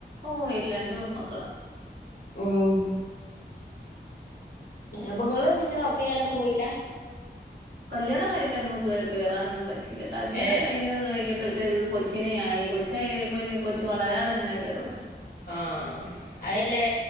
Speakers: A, on the right; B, on the left.
A: ഓഹ് ഇല്ല രണ്ട് പെമ്മക്കള
B: ഉം അപ്പങ്ങള് പിന്നെ വർക്ക് ചെയ്യാനൊന്നും പോയില്ല
A: കല്യാണം കഴിഞ്ഞിട്ട് എങ്ങും ഇതുവരെ കയറാനൊന്നും പ റ്റില്ല കല്യാണം
B: ഏ
A: കഴിഞ്ഞു കഴിഞ്ഞ കൊച്ചിനെ ആയി കൊച്ചായി കൊച്ചു വളരാതെങ്ങനെയാ കേറന്ന
B: ആഹ് അതല്ലേ